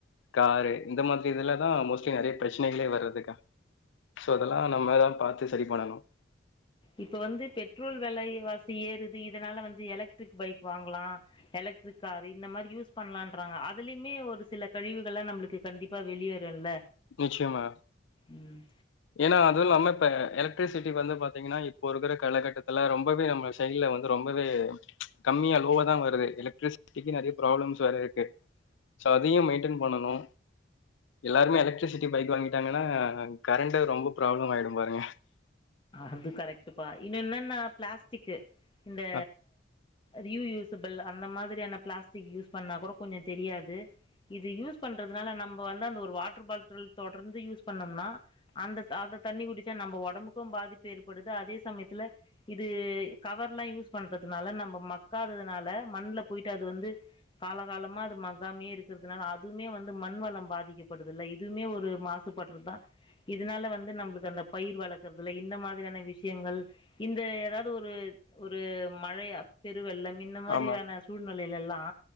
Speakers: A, on the left; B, on the left.
A: காரு இந்த மாதிரி இதுலதா மோஸ்ட்லி நறைய பிரச்சனைகளே வர்றதுக்கா சோ அதெல்லா நம்மதா பாத்து சரி பன்னனு
B: இப்ப வந்து பெட்ரோல் வெலைவாசி ஏறுது இதனால வந்து எலக்ட்ரிக் பைக் வாங்கலா எலக்ட்ரிக் காரு இந்த மாரி யூஸ் பண்ணலான்ராங்க அதுலயுமே ஒரு சில கழிவுகள் எல்லா நம்முளுக்கு கண்டிப்பா வெளியேரு இல்ல
A: நிச்சியமா
B: ம்
A: ஏன்னா அது நம்ம இப்ப எலக்ட்ரிசிட்டி வந்து பாத்தீங்கன்னா இப்ப இப்போ இருக்கிற காலகட்டத்துல ரொம்பவே நம்ம செயிடுல வந்து ரொம்பவே கம்மியா லோவாதா வருது எலக்ட்ரிசிட்டிக்கு நெறைய பிராப்ளம்ஸ் வேர இருக்கு கு சோ அதையு மேயின்டன் பன்னனு எல்லாருமே எலக்ட்ரிசிட்டி பைக் வாங்கிட்டாங்கன்னா கரண்ட்டு ரொம்ப ப்ராப்ளம் ஆயிடும் பாருங்க
B: அது கரெக்டுப்பா இன்னு என்னன்னா பிளாஸ்டிக்கு இந்த
A: ஆ,
B: ரீ யூசபிள் அந்த மாதிரியான பிளாஸ்டிக் யூஸ் பண்ணா கூட கொஞ்சு தெரியாது இது யூஸ் பண்றதுனால நம்ம வந்து அந்த ஒரு வாட்டர் பாட்டில் தொடர்ந்து யூஸ் பண்ணோம்னா அந்த அதை தண்ணி குடிச்சா நம்ம ஒடம்புக்கு பாதிப்பு ஏற்படுது அதே சமயத்துல இது கவர் எல்லா யூஸ் பண்றதுனால நம்ம மக்காததுனால மண்ல போயிட்டு அது வந்து காலகாலமா அது மக்காமையே இருக்கிறதுனால அதுவுமே வந்து மண் வளம் பாதிக்கப்படுது இல்ல இதுவுமே ஒரு மாசுபடுறது தா இதனால வந்து நம்முளுக்கு அந்த பயிர் வள <unintelligible> இந்த மாதிரியான விஷயங்கள் இந்த ஏதாவது ஒரு ஒரு மழைய பெ து வெள்ளம் இந்த மாதிரியான
A: ஆமா.
B: வெள்ளம் சூழ்நிலை ல்லா